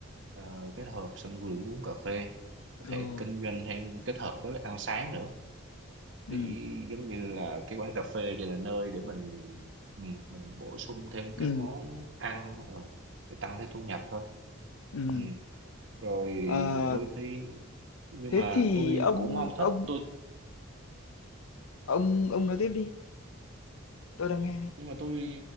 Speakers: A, on the right (about 60°); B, on the left (about 85°).
A: ờ, kết hợp sân vườn với uống cà phê có
B: ừ
A: thể kinh doanh thêm kết hợp với ăn sáng nữa
B: ừ
A: thì giống như là cái quán cà phê vậy là nơi để mình ừ, mình bổ sung thêm
B: ừ
A: cái món ăn ờ, để tăng thêm thu nhập thôi
B: ừ
A: ừ. rồi
B: Ờ,
A: đôi khi nhưng
B: thế
A: mà
B: thì
A: tôi
B: ông
A: cũng không
B: ông
A: thích tôi
B: ông ông nói tiếp đi tôi đang nghe đây.
A: nhưng mà tôi